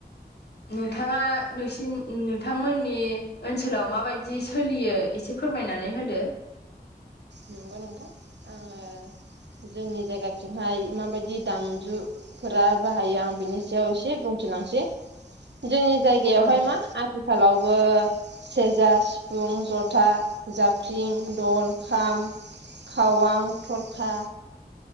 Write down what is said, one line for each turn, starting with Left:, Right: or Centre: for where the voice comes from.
Left: नोंथाङा नोंसिन नोंथांमोननि ओनसोलाव माबायदि सोलियो? एसे फोरमायनानै होदो।
Right: नंगौ नोंथां आङो जोंनि जायगाथिंहाय माबायदि दामजु फोरा बाहायो आं बिनि सायाव एसे बुंथिलांसै जोंनि जायगायावहाय
Left: औ
Right: मा आथिखालावबो सेरजा सिफुं जथा जाबख्रिं दल खाम खावां थरखा